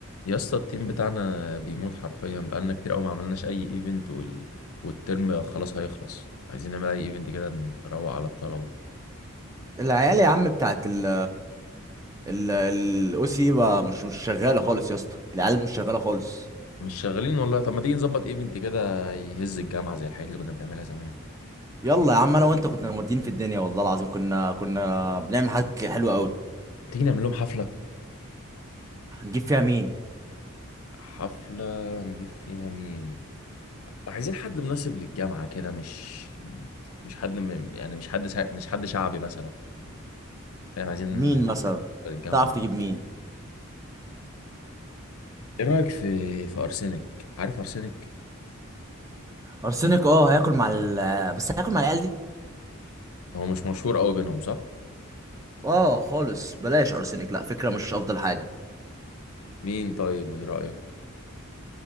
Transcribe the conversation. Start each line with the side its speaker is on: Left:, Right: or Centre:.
Left: يا اسطى التيم بتاعنا بيموت حرفيا بقالنا كتير قوي ما عملناش اي ايفنت وال... والترم خلاص هيخلص عايزين نعمل اي ايفنت كده نروق على الطلبه
Right: العيال يا عم بتاعت ال ال الاو سي مش مش شغاله خالص يا اسطى العيال مش شغاله خالص
Left: مش شغالين والله طب ما تيجي نظبط ايفنت كده يهز الجامعه زي الحاجات اللي كنا بنعملها زمان
Right: يلا يا عم انا وانت كنا مودين في الدنيا والله العظيم كنا كنا بنعمل حاجات حلوه قوي
Left: تيجي نعمل لهم حفله
Right: هنجيب فيها مين
Left: حفله نجيب فيها مين عايزين حد مناسب للجامعه كده مش مش حد م... يعني مش حد سا... مش حد شعبي مثلا فاهم عايزين
Right: مين مثلا
Left: الجامعه
Right: تعرف تجيب مين
Left: ايه رايك في في ارسنك عارف ارسنك
Right: ارسنك اه هياكل مع ال بس هياكل مع العيال دي
Left: هو مش مشهور قوي بينهم صح
Right: اه خالص بلاش ارسنك لا فكره مش افضل حاجه
Left: مين طيب من رأيك